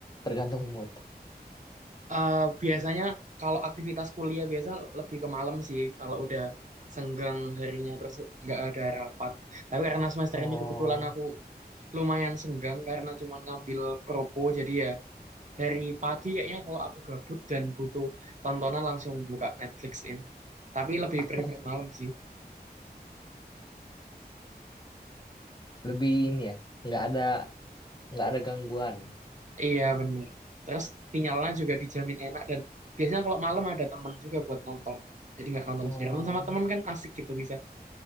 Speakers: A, on the left (about 25°); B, on the right (about 45°).
A: tergantung mood.
B: Eh, biasanya kalau aktivitas kuliah biasa lebih ke malam sih kalau udah senggang harinya terus nggak ada rapat. Tapi karena semester
A: Oh,
B: ini kebetulan aku lumayan senggang karena cuma ngambil propo jadi ya dari pagi kayaknya kalau aku gabut dan butuh tontonan langsung buka Netflixin. Tapi lebih
A: <laughs>
B: prefer malam sih.
A: lebih ini ya. Nggak ada nggak ada gangguan.
B: Iya bener. Terus sinyalnya juga dijamin enak dan biasanya kalau malam ada temen juga buat nonton. Jadi nggak nonton
A: Oh,
B: sendirian Nonton sama temen kan asik gitu bisa.